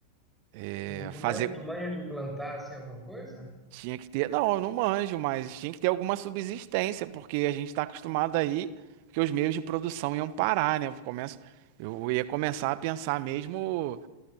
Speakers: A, on the right; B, in the centre.
A: é,
B: Tu, tu,
A: fazer.
B: manja, tu manja de plantar, assim, alguma coisa?
A: Tinha que ter, não, eu não manjo, mas tinha que ter alguma subsistência, porque a gente está acostumado aí que os meios de produção iam parar, né? Eu começo, eu ia começar a pensar mesmo,